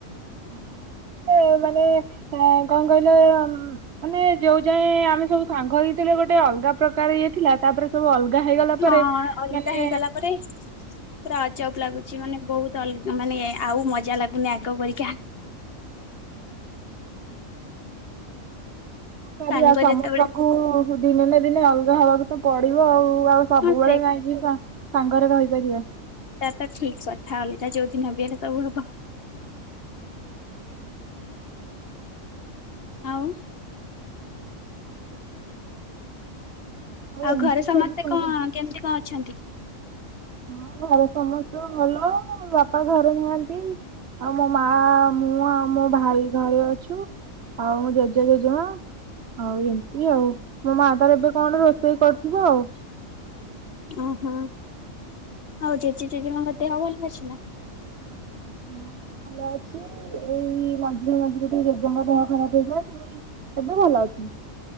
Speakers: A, on the right; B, on the left.
A: ହଁ। ଏଁ ମାନେ ଏଁ କଣ କହିଲ ଏଁ ଉୁଁ? ମାନେ ଯୋଉ ଯାଏଁ ଆମେସବୁ ସାଙ୍ଗ ହେଇଥିଲେ ଗୋଟେ ଅଲଗା ପ୍ରକାର ଇଏଥିଲା ତାପରେ ସବୁ ଅଲଗା ହେଇଗଲା
B: ହଁ
A: ପରେ
B: ଅଲଗା
A: ମାନେ
B: ହେଇଗଲା ପରେ ପୁରା ଅଜବ ଲାଗୁଛି ମାନେ ବହୁତ ଅଲଗା ମାନେ ଆଉ ମଜା ଲାଗୁନି ଆଗ ପରିକା
A: <inaudible> କଣ କରିବା
B: ସାଙ୍ଗ
A: ସମସ୍ତଙ୍କୁ
B: ଯେତେବେଳେ
A: ଦିନେନା ଦିନେ ଅଲଗା ହବାକୁତ ପଡିବ ଆଉ ଆଉ ସବୁବେଳେ
B: ସମସ୍ତେ
A: ଯାଇକି ସଙ୍ଗ ସାଙ୍ଗରେ ରହିପାରିବା।
B: ତାତ ଠିକ କଥା ଅଲଗା ଯୋଉଦିନବି ହେଲେ ସବୁ ହବ। ଆଉ ଆଉ
A: ଏମିତି
B: ଘରେ ସମସ୍ତେ
A: ସବୁ କଲା
B: କଣ କେମିତି କଁ ଅଛନ୍ତି।
A: ହଁ ଘରେ ସମସ୍ତେ ଭଲ ବାପା ଘରେ ନାହାନ୍ତି। ଆଉ ମୋ ମା ମୁଁ ଆଉ ମୋ ଭାଇ ଘରେଅଛୁ ଆଉ ମୋ ଜେଜେ ଜେଜେମା। ଆଉ ଏମିତି ଆଉ ମୋ ମା ତାର ଏବେ କଣ ରୋଷେଇ କରିଥିବ ଆଉ
B: ଉୁଁ ହୁଁ ଆଉ ଜେଜେ ଜେଜମାଙ୍କ ଦେହ ଭଲ ଅଛିନା।
A: ହଁ ଭଲଅଛି ଏଇ ମଝିରେ ମଝିରେ ଟିକେ ଜେଜଙ୍କ ଦେହ ଖରାପ ହେଇଥିଲା। ଏବେ ଭଲ ଅଛନ୍ତି।